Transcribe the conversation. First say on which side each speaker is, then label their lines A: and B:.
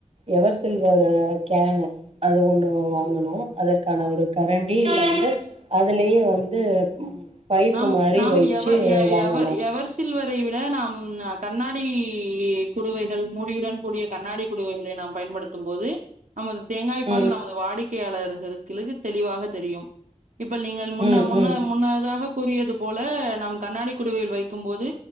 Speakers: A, on the right (about 55°); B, on the right (about 80°).
A: எவர் சில்வரு கேனு அது ஒண்ணு வாங்கணு அதற்கான ஒரு கரண்டி வந்து அதுலயே வந்து பைப்பு
B: நாம்
A: மாரி
B: நாம்
A: வச்சு
B: எவ எ
A: வாங்கணு
B: எவ எவர் சில்வர் ரைவிட நாம் அ கண்ணாடி குடுவைகள் மூடியுடன் கூடிய கண்ணாடி குடுவைகளை நாம் பயன்படுத்தும் போது நமது தேங்காய்ப்பால்
A: ம்
B: நமது வாடிக்கையாளர்கள் கிளுகுத் தெளிவாக தெரியும் இப்பள் நீங்கள் முன்ன
A: ம்
B: முன்ன
A: ம்
B: முன்னதாக கூறியது போல நம் கண்ணாடி குடுவையில் வைக்கும் போது